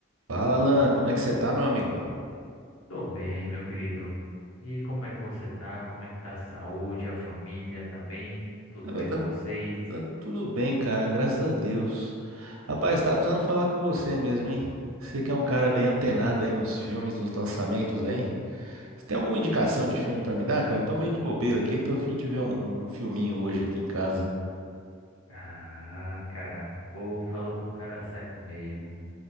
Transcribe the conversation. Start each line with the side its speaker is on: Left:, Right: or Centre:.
Right: Fala, Alan, como é que você tá, meu amigo?
Left: Tô bem, meu querido. E como é que você tá? Como é que tá a saúde, a família? Tá bem? Tudo
Right: Eu,
Left: bem
Right: tá,
Left: com vocês?
Right: tá tudo bem, cara, graças a Deus. Rapaz, tá precisando falar com você mesmo, hein? Você que é um cara bem antenado aí nos filmes, nos lançamentos, hein? Você tem alguma indicação de filme pra me dar, cara? Eu tô meio de bobeira aqui, tô a fim de ver um, um filminho hoje aqui em casa.
Left: Ah, cara, pô, falou com o cara certo mesmo.